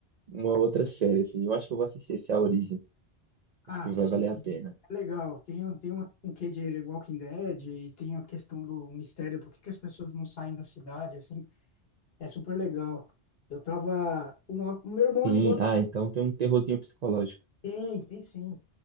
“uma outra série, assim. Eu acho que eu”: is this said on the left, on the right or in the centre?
Right